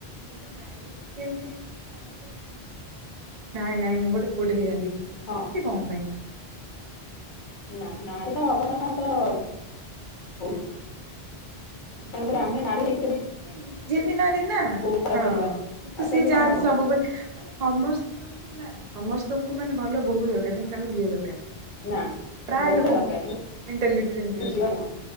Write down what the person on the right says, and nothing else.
ଗୋଟେ ନାରୀ ହେଇକି କେମିତି ମାନେ ସବୁବେଳେ ଚିନ୍ତା କରନ୍ତି ନାଇଁ ନାଇଁ ମୁଁ ଗୋଟେ ପୁଅ ଟେ ହେଇଯାଆନ୍ତି କି
ଏମିତି କଣ ପାଇଁ।
ସେ
ସେ ନିଜେ ବି ନାରୀ ନା
ହଁ
କିନ୍ତୁ
ସିଏ
ଚାହାନ୍ତି
ସବୁବେଳେ ମାନେ ସମସ୍ତଙ୍କୁ ନା ସମସ୍ତଙ୍କୁ ମାନେ ଭଲ ବୋହୁ ଦରକାର କିନ୍ତୁ କାହାକୁ ଝିଅ ଦରକାର ନାଇ।
ପ୍ରାୟ
ଲୋକଙ୍କୁ
ମେଣ୍ଟାଲିଟି ରେ ଏମିତି
ରହି